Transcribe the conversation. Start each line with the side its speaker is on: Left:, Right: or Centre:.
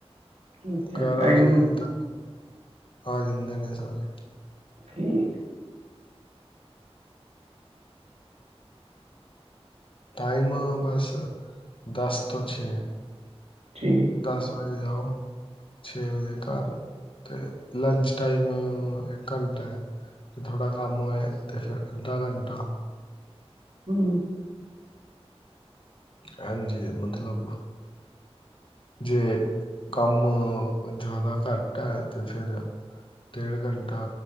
Right: ਅੱਛਾ
Left: ਗਿਆਰਾਂ
Right: ਟਾਈਮਿੰਗ
Left: ਵਜੇ ਤੱਕ ਆ ਜਾਂਦੇ ਨੇ ਸਾਰੇ।
Right: ਠੀਕ।
Left: ਟਾਈਮ ਬਸ ਦਸ ਤੋਂ ਛੇ।
Right: ਠੀਕ
Left: ਦਸ ਵਜੇ। ਜਾਓ ਛੇ ਵਜੇ ਘਰ ਤੇ ਲੰਚ ਟਾਈਮ ਇੱਕ ਘੰਟੇ ਜੇ ਥੋੜਾ ਕੰਮ ਹੋਏ ਤੇ ਫੇਰ ਅੱਧਾ ਘੰਟਾ।
Right: ਹੂੰ।
Left: ਹਾਂਜੀ, ਮਤਲਬ ਜੇ ਕੰਮ ਜਿਆਦਾ ਘੱਟ ਹੈ ਤੇ ਫੇਰ ਡੇਢ ਘੰਟਾ